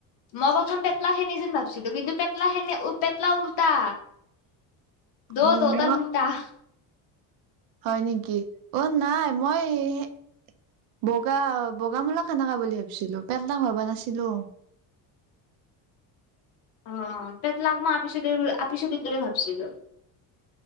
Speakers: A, on the left; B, on the right.
A: মই প্ৰথম পেটলা খেনি যেন ভাবছিলো কিন্তু পেটলাখেনে, পেটলা উল্টা দৌ,
B: উম
A: দৌতাৰ উল্টা।
B: হয়, নিকি অ, নাই, মই এ সে বগা, বগা মূলা খানাকা বুলি ভাবছিলো পেল ডাঙৰ বুলি ভাবা নাছলো।
A: অ, পেটলাক, মই আপিছলি, আপিছলি দৰে ভাবছিলো।